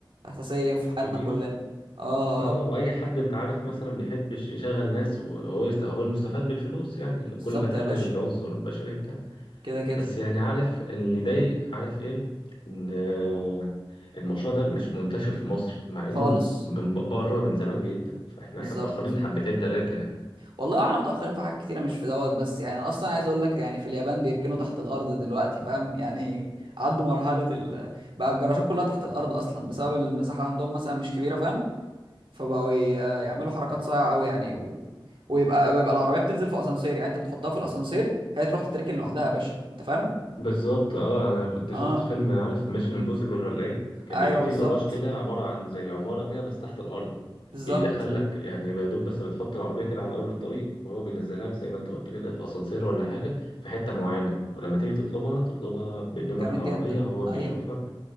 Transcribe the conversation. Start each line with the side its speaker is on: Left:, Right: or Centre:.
Right: اساسيه في حياتنا
Left: كبير
Right: كلنا اه
Left: اه واي حد انت عارف مثلا بيحبش يشغل ناس وهو يست... هو المستفاد بالفلوس يعني لو
Right: بالظبط
Left: كل ما تقلل
Right: يا باشا
Left: العنصر البشري بتاع
Right: كده كده
Left: بس يعني عارف اللي يضايق عارف ايه ان آه، المشروع ده مش منتشر في مصر مع
Right: خالص
Left: انه من بره من زمان جدا فاحنا
Right: بالظبط
Left: احنا متأخرين حبتين تلاتة يعني.
Right: والله احنا متأخرين في حاجات كتيرة مش في دوت بس يعني انا اصلا عايز اقول لك يعني في اليابان بيركنوا تحت الارض دلوقتي فاهم يعني عدوا مرحلة ال... بقى الجراجات كلها تحت الارض اصلا بسبب المساحة عندهم مثلا مش كبيرة فاهم فبقوا ي- يعملوا حركات صايعة قوي يعني و... ويبقى ويبقى العربية بتنزل في اسانسير يعني انت بتحطها في الاسانسير هي تروح تتركن لوحدها يا باشا انت فاهم
Left: بالظبط اه انا كنت
Right: اه
Left: شفت فيلم عارف ميشن امبوسيبل ولا ايه كان
Right: ايوه
Left: بيبقى فيه
Right: بالظبط
Left: جراج كده عباره عن زي عماره كده بس تحت الارض
Right: بالظبط
Left: بيدخل لك يعني يا دوب بس بتحط العربيه كده على اول الطريق وهو بينزلها لك زي ما انت قلت كده في اسانسير ولا حاجه في حته معينه ولما تيجي تطلبها تطلبها بالنمر
Right: جامد
Left: العربيه
Right: جدا
Left: هو بيشوفها
Right: ايوه